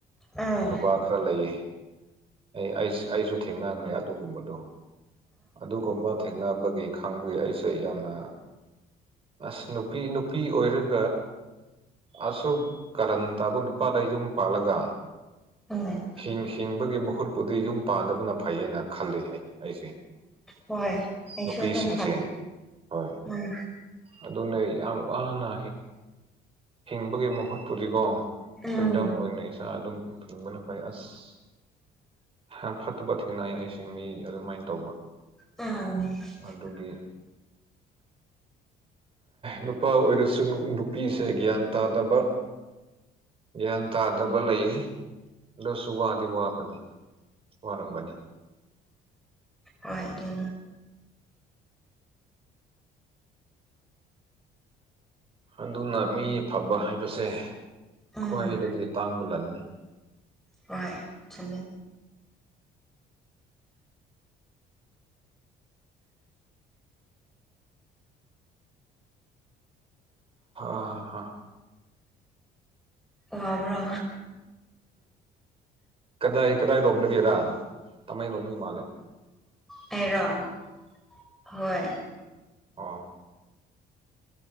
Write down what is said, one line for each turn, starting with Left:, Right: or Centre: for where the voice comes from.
Centre: ꯎꯝ
Right: ꯅꯨꯄꯥ ꯈꯔ ꯂꯩꯌꯦ ꯑꯩ ꯑꯩ ꯑꯩꯁꯨ ꯊꯦꯡꯅꯈ꯭ꯔꯦ ꯑꯗꯨꯒꯨꯝꯕꯗꯣ ꯑꯗꯨꯒꯨꯝꯕ ꯊꯦꯡꯅꯕꯒꯤ ꯈꯪꯕꯨ ꯑꯩꯁꯦ ꯌꯥꯝꯅ ꯑꯁ ꯅꯨꯄꯤ ꯅꯨꯄꯤ ꯑꯣꯏꯔꯒ ꯑꯁꯨꯛ ꯀꯔꯟ ꯇꯥꯕꯨ ꯅꯨꯄꯥꯗ ꯌꯨꯝ ꯄꯥꯜꯂꯒ
Centre: ꯎꯝ
Right: ꯍꯤꯡ ꯍꯤꯡꯕꯒꯤ ꯃꯍꯨꯠꯄꯨꯗꯤ ꯌꯨꯝ ꯄꯥꯟꯗꯕꯅ ꯐꯩꯌꯦꯅ ꯈꯜꯂꯤ ꯑꯩꯁꯦ
Centre: ꯍꯣꯏ ꯑꯩꯁꯨ
Right: ꯅꯨꯄꯤꯁꯤꯡꯁꯦ
Centre: ꯑꯗꯨꯝ ꯈ
Right: ꯍꯣꯏ
Centre: ꯎꯝ
Right: ꯑꯗꯨꯅꯦ ꯌꯥꯝ ꯋꯥꯅ ꯍꯤꯡꯕꯒꯤ ꯃꯍꯨꯠ ꯄꯨꯔꯤꯀꯣ ꯐ꯭ꯔꯤꯗꯝ
Centre: ꯎꯝ
Right: ꯑꯣꯏꯅ ꯏꯁꯥ ꯑꯗꯨꯝ ꯍꯤꯡꯕꯅ ꯐꯩ ꯑꯁ ꯐꯠꯇꯕ ꯊꯦꯡꯅꯩ ꯑꯩꯁꯦ ꯃꯤ ꯑꯗꯨꯃꯥꯏꯅ ꯇꯧꯕ
Centre: ꯑ
Right: ꯑꯗꯨꯒꯤ ꯅꯨꯄꯥ ꯑꯣꯏꯔꯁꯨ ꯅꯨꯄꯤꯁꯦ ꯒ꯭ꯌꯥꯟ ꯇꯥꯗꯕ ꯒ꯭ꯌꯥꯟ ꯇꯥꯗꯕ ꯂꯩꯌꯦ ꯂꯁꯨ ꯋꯥꯗꯤ ꯋꯥꯕꯅꯤ ꯄꯔꯝꯝꯕꯅꯤ
Centre: ꯍꯒ
Right: ꯑꯗꯨꯅ ꯃꯤ ꯑꯐꯕ ꯍꯥꯏꯕꯁꯦ
Centre: ꯎꯝ
Right: ꯈ꯭ꯋꯥꯏꯗꯒꯤ ꯇꯥꯡꯕ ꯂꯟꯅꯤ
Centre: ꯍꯚ ꯆ
Right: ꯑ ꯍ
Centre: ꯑꯣꯕ꯭ꯔꯣ
Right: ꯀꯗꯥ ꯀꯗꯥ ꯔꯣꯗꯒꯦ ꯔ ꯇꯃ ꯔꯣꯒ ꯃꯥꯂꯦ
Centre: ꯍꯔꯣ ꯍꯣꯏ
Right: ꯑꯥ